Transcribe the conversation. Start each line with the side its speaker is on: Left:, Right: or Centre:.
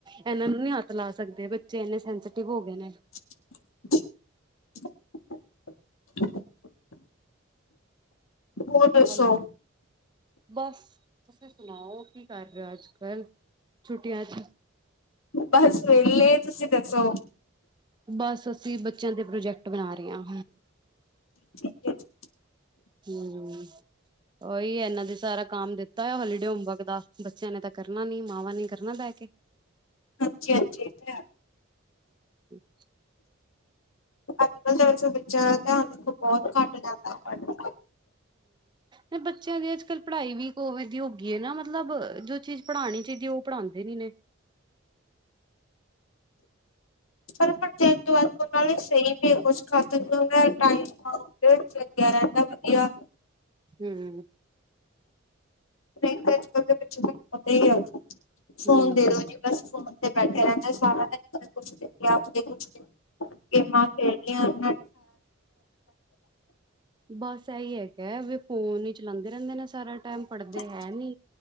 Right: ਇਹਨਾਂ ਨੂੰ ਨੀ ਹੱਥ ਲਾ ਸਕਦੇ ਬ ਬੱਚੇ ਇਨੇ ਸੈਂਸਟਿਵ ਹੋ ਗਏ ਨੇ।
Left: <unintelligible> ਹੋਰ ਦੱਸੋ
Right: ਹੈਲੋ ਬਸ ਤੁਸੀਂ ਸੁਣਾਓ? ਕਰ ਰਿਓ ਅੱਜ ਕੱਲ ਛੁੱਟੀਆਂ ਚ?
Left: ਬਸ ਵੇਲੇ ਤੁਸੀਂ ਦੱਸੋ?
Right: ਬਸ ਅਸੀਂ ਬੱਚਿਆਂ ਦੇ ਪ੍ਰੋਜੈਕਟ ਬਣਾ ਰਿਆ।
Left: ਠੀਕ ਐ ਜੀ।
Right: ਹੂੰ ਓਈ ਐਨਾਂ ਦੇ ਸਾਰਾ ਕਾਮ ਦਿੱਤਾ ਹੋਇਆ ਹੋਲੀਡੇ ਹੋਮਵਰਕ ਦਾ ਬੱਚਿਆਂ ਨੇ ਤਾਂ ਕਰਨਾ ਨੀ ਮਾਵਾਂ ਨੇ ਈ ਕਰਨਾ ਬੈ ਕੇ।
Left: ਹਾਂਜੀ-ਹਾਂਜੀ ੳ ਤੇ ਹੈ।
Right: <inaudible>
Left: ਅੱਜ-ਕੱਲ ਤਾਂ ਬੱਚਿਆਂ ਦਾ ਧਿਆਨ ਦੇਖੋ ਬੋਤ ਘੱਟ ਜਾਂਦਾ ਪੜ੍ਹਨ ਵੱਲ।
Right: ਹੂੰ ਬੱਚਿਆਂ ਦੀ ਅੱਜ-ਕੱਲ ਪੜ੍ਹਾਈ ਵੀ <unintelligible> ਦੀ ਹੋਗੀ ਐ ਨਾ ਮਤਲਬ ਜੋ ਚੀਜ਼ ਪੜ੍ਹਾਣੀ ਚਾਈਦੀ ਐ ਓ ਪੜ੍ਹਾਂਦੇ ਨੀ ਨੇ
Left: ਪਰ ਪ੍ਰੋਜੈਕਟ ਵਰਕ ਉਨਾਂ ਨੇ ਸਈ ਵੀ ਕੁਛ <inaudible> ਟਾਈਮ <inaudible> ਵਧੀਆ।
Right: ਹੂੰ।
Left: ਨਈ ਤਾਂ ਅੱਜ-ਕੱਲ ਦੇ <inaudible> ਆ ਫੋਨ
Right: ਹੂੰ, ਹੂੰ।
Left: ਦੇ ਦੋ ਜੀ। ਬਸ ਫੋਨ ਤੇ ਬੈਠੇ ਰੈਨੇ ਸਾਰਾ ਦਿਨ ਕਦੀ ਕੁਛ ਦੇਖ ਲਿਆ ਕਦੀ ਕੁਛ ਗੇਮਾਂ ਖ਼ੇੜਲੀਆਂ <inaudible>
Right: ਬਸ ਐਈ ਹੈਗੈ ਵੀ ਫੋਨ ਈ ਚਲਾਂਦੇ ਰੈਂਦੇ ਨੇ ਸਾਰਾ ਟਾਈਮ ਪੜ੍ਹਦੇ
Left: ਆ
Right: ਹੈ ਨੀ